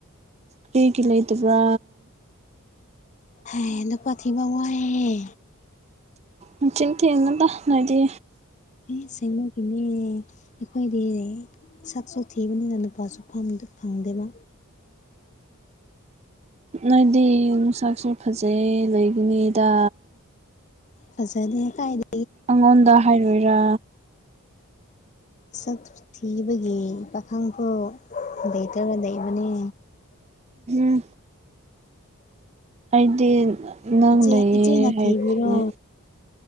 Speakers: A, on the right; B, on the left.
A: ꯀꯔꯤꯒꯤ ꯂꯩꯇꯕ꯭ꯔꯥ
B: ꯍꯥꯏ ꯅꯨꯄꯥ ꯊꯤꯕꯉ ꯍꯥꯏꯍꯦ
A: ꯃꯆꯤꯟ ꯊꯤꯒꯅꯨꯗ ꯅꫭꯏꯗꯤ
B: ꯑꯩ ꯑꯁꯦꯡꯕꯒꯤꯅꯦ ꯑꯩꯈꯣꯏꯗꯤ ꯁꯛꯁꯨ ꯊꯤꯕꯅꯤꯅ ꯅꯨꯄꯥꯁꯨ ꯐꯪꯗꯦꯕ
A: ꯅꯣꯏꯗꯤ ꯅꯨꯁꯥꯛꯁꯨ ꯐꯖꯩ ꯂꯩꯒꯅꯤꯗ
B: ꯐꯖꯗꯦ ꯀꯥꯏꯗꯩ
A: ꯑꯩꯉꯣꯟꯗ ꯍꯥꯏꯔꯣꯏꯔꯥ
B: ꯁꯛ ꯊꯤꯕꯒꯤ ꯄꯥꯈꯪꯐꯨ ꯂꯩꯇꯔ ꯂꯩꯕꯅꯤ
A: ꯝ ꯑꯩꯗꯤ ꯅꯪ
B: ꯏꯆꯦ
A: ꯂꯩꯌꯦ
B: ꯏꯆꯦꯅ
A: ꯍꯥꯏꯕꯅꯦ
B: ꯊꯤꯕꯤꯔꯣ